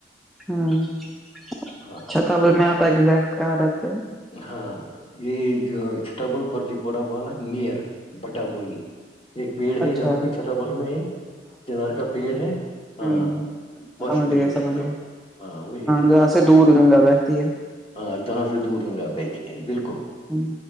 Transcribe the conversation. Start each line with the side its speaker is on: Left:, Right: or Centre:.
Centre: ہوں اچھا
Left: ہاں
Centre: چھتاول میں آپ ایزیکٹ کہاں رہتے ہیں
Left: ہاں یہ جو چت بل پلی پورہ والا نئر بٹ بونی ایک پیڑ ہے
Centre: اچھا
Left: یہاں
Centre: اچھا
Left: پہ چھتا بل میں چنار کا پیڑ ہے ہاں
Centre: ہ
Left: بس
Centre: سمجھ
Left: وہی
Centre: گئے سمجھ
Left: رہتا
Centre: گئے
Left: ہوں ہاں وہی رہتا
Centre: جہاں
Left: ہوں
Centre: سے
Left: میں
Centre: دور گنگا بہتی ہے
Left: ہاں جاں سے دور گنگا بیٹھی ہے بالکل
Centre: ہ